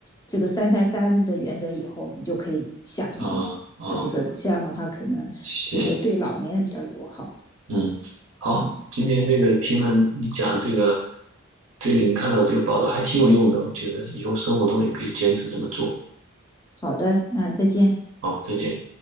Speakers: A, on the left; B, on the right.
A: 这个三三三的原则以后，你就可以下床了。
B: 啊、啊、
A: 他就说这样的话，可能就会对老年人比较友好。
B: 行，嗯，好，
A: 嗯，
B: 今天这个听了你讲这个，这个你看到这个报道还挺有用的，我觉得以后生活中也可以坚持这么做。
A: 好的，那再见。
B: 好，再见。